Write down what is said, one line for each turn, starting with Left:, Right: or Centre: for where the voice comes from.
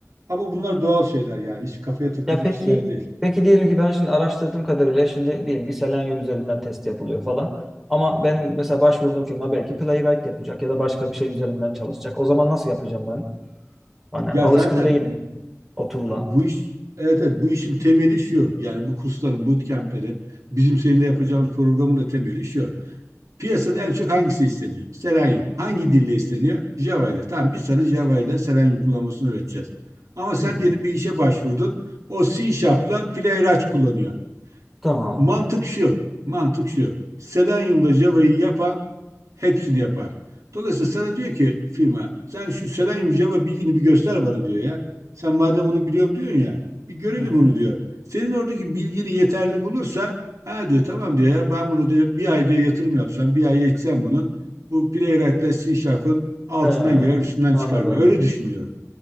Right: Ama bunlar doğal şeyler yani hiç kafaya takılacak
Centre: Ya peki,
Right: işler değil.
Centre: peki diyelim ki ben şimdi araştırdığım kadarıyla şimdi diyelim ki Selenium üzerinden test yapılıyor falan. Ama benim mesela başvurduğum firma belki Playwright yapacak ya da başka bir şey üzerinden çalışacak. O zaman nasıl yapacağım ben? Hani
Right: Ya
Centre: alışkın
Right: zaten
Centre: değilim o tool'a.
Right: bu iş evet evet bu işin temeli şu. Yani bu kursların bootcamp'leri bizim seninle yapacağımız programın da temeli şu. Piyasada en çok hangisi isteniyor? Selenium. Hangi dille isteniyor? Java ile. Tamam biz sana Java ile Selenium kullanmasını öğreteceğiz. Ama sen
Centre: Hı hı.
Right: diyelim bir işe başvurdun. O C Sharp'la Playwright kullanıyor.
Centre: Tamam.
Right: Mantık şu. Mantık şu. Selenium'da Java'yı yapan Hepsini yapar. Dolayısıyla sana diyor ki firma sen şu selenyum Java bilgini bir göster bana diyor ya. Sen madem onu biliyorum diyorsun ya bir görelim
Centre: Hı hı.
Right: onu diyor. Senin oradaki bilgini yeterli bulursa ha diyor tamam diyor ya ben bunu diyor bir ay diyor yatırım yapsam bir ay eğitsem bunu bu Playwright'la C Sharp'ın altından
Centre: He,
Right: girer üstünden
Centre: anladım.
Right: çıkar diyor. Öyle düşünüyorum.